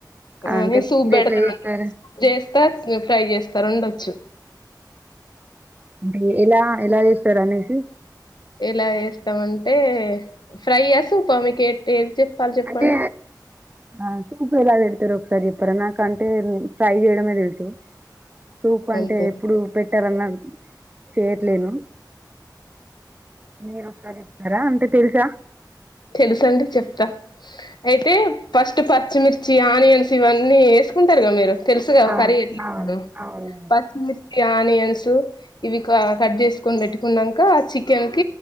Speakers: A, on the right; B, on the left.
A: అంటే
B: అని సూప్
A: మీరు
B: పెడతామ
A: ఎట్లా చేస్తారు
B: చేస్తా ఫ్రై చేస్తా రండొచ్చు
A: అంటే ఎలా ఎలా చేస్తారు అనేసి
B: ఎలా వేస్తామంటే ఫ్రై ఆ సూప్ ఆ ఆ చెప్పాలి చెప్పండి
A: అంటే ఆ చూపు ఎలాది పెడతారు ఒకసారి చెప్పారా నాకు అంటే ఫ్రై చేయడమే తెలుసు సూప్
B: అంతే
A: అంటే ఎప్పుడు పెట్టారు అన్నారు ఏట్లేను మీరుసారి చెప్తారా అంటే తెలుసా
B: తెలుసండి చెప్తా అయితే ఫస్ట్ పచ్చిమిర్చి ఆనియన్స్ ఇవన్నీ వ కు మీరు తెలుసు
A: ఆ
B: క్రరీ <unintelligible>
A: ఆ అవును
B: పచ్చిమిర్చి ఆనియన్స్ ఇ కట్ చే పెట్టుక చెన్ క